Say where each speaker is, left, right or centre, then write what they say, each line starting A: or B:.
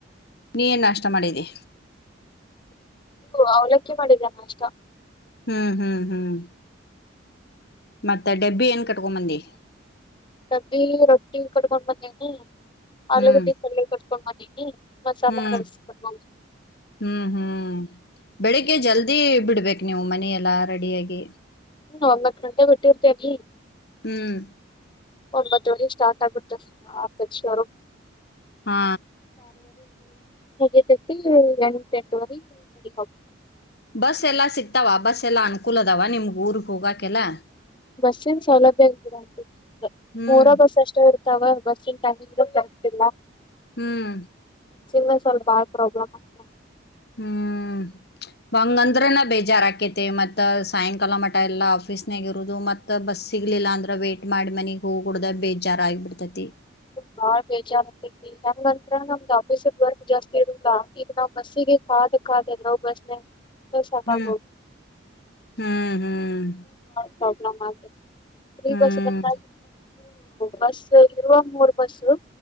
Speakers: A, on the left; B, on the left.
A: ನೀನ್ ನಾಷ್ಟ ಮಾಡಿದ್ದಿ
B: ಅವಲಕ್ಕಿ ಮಾಡಿದ್ದೇನ ನಾಷ್ಟ
A: ಹ್ಮ್ ಹ್ಮ್ ಹ್ಮ್ ಮತ್ತ ಡಬ್ಬಿ ಏನ್ ಕಟ್ಕೊಂಬಂದಿ
B: ಡಬ್ಬಿರೊಟ್ಟಿ ಕಡ್ಕೊಂಡ್ ಬಂದಿನಿ ಆಲೂಗಡ್ಡೆ
A: ಹ್ಮ್
B: ಪಲ್ಲೆ ಕಟ್ಕೊಂಡು ಬಂದೀನಿ ಮಸಾಲಾ
A: ಹ್ಮ್
B: ರೈಸ್ ಕಟ್ಕೊಂಡ್ ಬ
A: ಹ್ಮ್ ಹ್ಮ್ ಬೆಳಿಗ್ಗೆ ಜಲ್ದಿ ಬಿಡ್ಬೇಕು ನೀವು ಮನ ಎಲ್ಲಾ ರೆಡಿಯಾಗಿ
B: ಹ್ಮ ಒಂಬತ್ತು ಗಂಟೆ ಬಿಟ್ಟಿರ್ತೇಲ್ಲಿ
A: ಹ್ಮ್
B: ಒಂಬತ್ತು ಸ್ಟಾರ್ಟ್ ಆಗಿುತ್ತ ಅಪೇಕ್ಷೆ
A: ಹಾ
B: ಮು ಎೂತ್ತೆ ಎಂಟ ವರೆೋಡ್ತ
A: ಬಸ್ ಎಲ್ಲಾ ಸಿಕ್ತಾವ ಬಸ್ ಎಲ್ಲಾ ಅನ್ಕೂಲ ಅದಾವ ನಿಮ್ಗ್ ಊರ್ಗ್ ಹೋಗಕಲ್ಲ
B: ಬಸ್ಸನ್ ಸೌಲಭ್ಯ ಇತೀರಾಂಟ
A: ಹ್ಮ್
B: ಮೂರ ಬಸ್ ಅಷ್ಟೇ ಇರ್ತ ತಗ ಬಸ್ ಟೈಮ ಇ ಬರ್ತಿ
A: ಹ್ಮ್
B: ಮ ಸ್ವಲ್ಪ ಭಾಳ ಪ್ರಾಬ್ಲಮ್ ಆಗ್
A: ಹ್ಮ್ ಬಂಗಂದ್ರನ ಬೇಜಾರ ಆಕೇತಿ ಮತ್ತ ಸಾಯಂಕಾಲ ಮಠ ಎಲ್ಲಾ ಆಫೀಸ್ನಗ ಇರುದು ಮತ್ತತ್ ಬಸ್ ಸಿಗ್ಲಿಲ್ಲ ಅಂದ್ರ ವೇಟ್ ಮಾಡಿ ಮನಗ್ ಹೋಗ ಕುಡ್ದ ಬೇಜಾರ ಆಗಬಿಡ್ತೇತಿ
B: ಬಾಳ್ ಬೇಜಾರೈತಿಂಗಂತ್ರ ನಮ್ದ್ ಆಫೀಸ ವರ್ಕ್ ಜಾಸ್ತಿ ಇರಲ್ಲಾ ಈಗ ನಾವ್ ಬಸ್ಸಿಗೆ ಕಾದ ಕಾದಲ್ವ ಬಸ್ ಶ ಬ
A: ಹ್ಮ್ ಹ್ಮ್ ಹ್ಮ್
B: ಪ್ರಬಲ ಆ ಇರಿ
A: ಹ್ಮ್
B: ಬಸ ಬನ್ನ ಬಸ್ ಇರುವ ಮೂರು ಹಸು